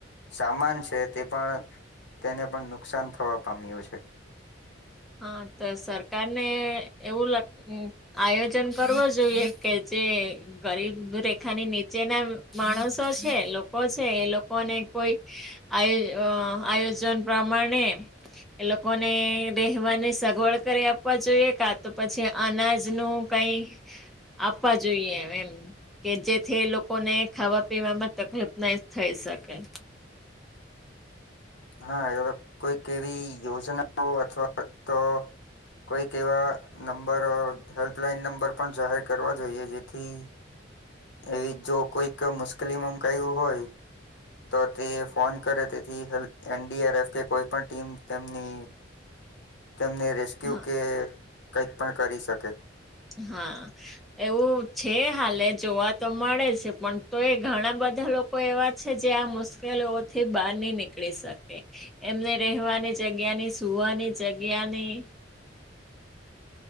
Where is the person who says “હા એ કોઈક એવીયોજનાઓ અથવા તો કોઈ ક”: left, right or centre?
Left